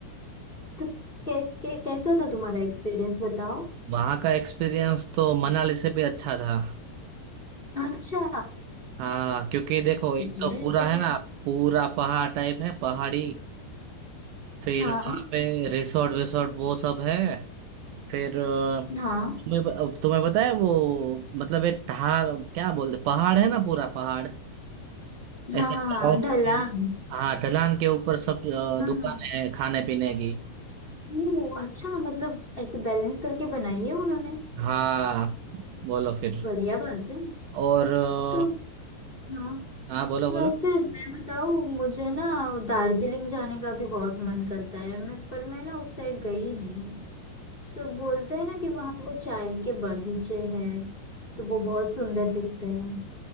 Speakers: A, on the left (about 20°); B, on the right (about 80°).
A: तो कै, कै, कैसा था तुम्हारा एक्सपीरियंस बताओ
B: वहाँ का एक्सपीरियंस तो मनाली से भी अच्छा था
A: अच्छा
B: हाँ क्योंकि देखो एक
A: ये
B: तो पूरा
A: तो
B: है
A: फिर
B: ना पूरा पहाड़ टाइप है पहाड़ी फिर
A: हाँ
B: वहाँ पे रिसोर्ट विसोर्ट वो सब है फिर अ,
A: हाँ
B: तुम्हें ब- तुम्हें पता है वो मतलब एक ढाल क्या बोलते पहाड़ है ना पूरा पहाड़ ऐसे
A: हाँ हाँ
B: ढलान
A: हाँ ढलान
B: के- हाँ ढलान के ऊपर सब अ,
A: हाँ
B: दुकानें
A: हाँ
B: हैं खाने पीने की
A: ओ अच्छा मतलब ऐसे बैलेंस करके बनाई है उन्होंने
B: हाँ बोलो फिर
A: बढ़िया बात है
B: और अ,
A: तो हाँ
B: हाँ बोलो बोलो
A: वैसे मैं बताऊँ मुझे ना दार्जिलिंग जाने का भी बहुत मन करता है मैं पर मैं ना उस साइड गई नहीं सब बोलते हैं ना कि वहाँ वो चाय के बागीचे हैं तो वो बहुत सुंदर दिखते हैं